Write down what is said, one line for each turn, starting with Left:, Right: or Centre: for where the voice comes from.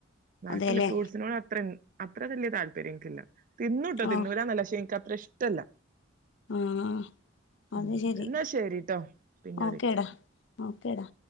Right: ബാക്കിയുള്ള
Left: അതെല്ലേ
Right: ഫ്രൂട്ട്സിനോട് അത്ര അത്ര വലിയ താല്പര്യമെനിക്കില്ല തിന്നുട്ടോ
Left: ഓ
Right: തിന്നുലാന്നല്ല ശേ നിക്കത്ര ഇഷ്ടല്ല
Left: ആഹ്
Right: ഉം
Left: അത് ശരി
Right: എന്നാ ശരിട്ടോ പിന്നെ
Left: ഓക്കേടാ
Right: വിളിക്കാം
Left: ഓക്കേടാ